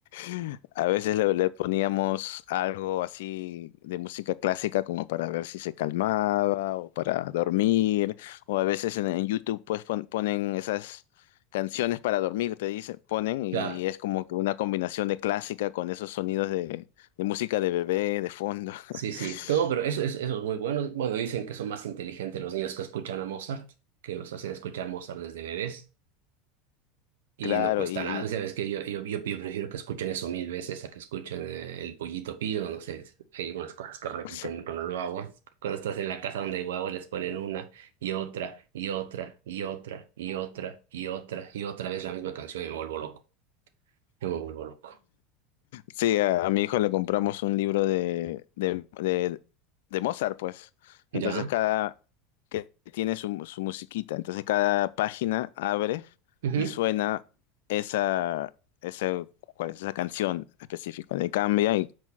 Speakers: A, on the left; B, on the right.
A: <laughs> a veces le, le poníamos algo así de música clásica como para ver si se calmaba o para dormir, o a veces en, en YouTube pues pon- ponen esas canciones para dormir, te dicen, ponen y
B: Claro,
A: es como que una combinación de clásica con esos sonidos de, de música de bebé de fondo. <laughs>
B: sí, sí. No, pero eso, eso, eso es muy bueno. Bueno, dicen que son más inteligentes los niños que escuchan a Mozart, que los hacen escuchar Mozart desde bebés y
A: Claro,
B: no cuesta
A: y...
B: nada. Sabes que yo, yo, yo, yo prefiero que escuchen eso mil veces a que escuchen eh, el pollito pío, no sé. Hay unas cosas que repiten
A: <laughs>
B: con los guaguas. Cuando estás en la casa donde hay guaguas les ponen una y otra y otra y otra y otra y otra y otra vez la misma canción y me vuelvo loco. Yo me vuelvo loco.
A: Sí, a, a mi hijo le compramos un libro de, de, de- de Mozart, pues. Entonces
B: Ya,
A: cada, que tiene su, su musiquita, entonces cada página abre
B: ujú,
A: y suena esa, esa, ¿cuál es? Esa canción específica. Le cambia y